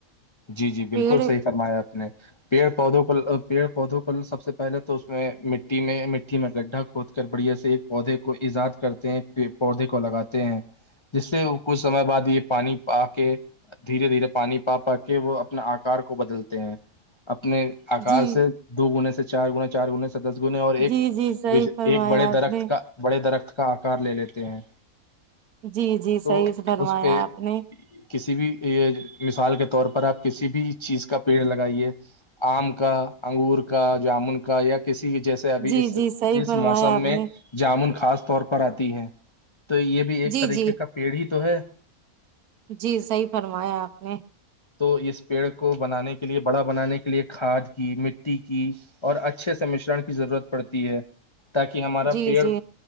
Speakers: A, on the left; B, on the right.
A: جی جی
B: پیڑ
A: بالکل صحیح فرمایا آپ نے پیڑ پودوں کو پیڑ پودوں کو سب سے پہلے تو اس میں مٹی میں مٹی میں گڈھا کھود بڑھیا سے ایک پودے کو ایجاد کرتے ہیں پودے کو لگاتے ہیں جس سے کچھ سمے بعد یہ پانی پا کے دھیرے دھیرے پانی پا پ کہ وہ اپنے آکار کو بدلتے ہیں اپنے آکار
B: جی
A: سے دو گنے سے چار گنے چار گنے سے دس گنے اور ایک
B: جی جی صحیح فرمایا
A: ایک بڑے درخت
B: آپ نے
A: کا بڑے درخت کا آکار لے لیتے ہیں
B: جی جی
A: تو
B: صحیح س بھروایا
A: اس پہ
B: آپ نے
A: کسی بھی مثال کے طور پر آپ کسی بھی چیز کا پیڑ لگائیے آم کا انگور کا جامن کا یا کسی جیسے ابھی
B: جی
A: اس
B: جی صحیح
A: اس
B: فرمایا
A: موسم
B: آپ
A: میں
B: نے
A: جامن خاص طور پر آتی ہے تو یہ بھی ایک
B: جی
A: طریقے
B: جی
A: کا پیڑ ہی تو ہے
B: جی صحیح فرمایا آپ نے
A: تو اس پیڑ کو بنانے کے لیے بڑا بنانے کے لیے کھاد کی مٹی کی اور اچھے سے مشرن کی ضرورت پڑتی ہے تاکہ ہمارا
B: جی
A: پیڑ
B: جی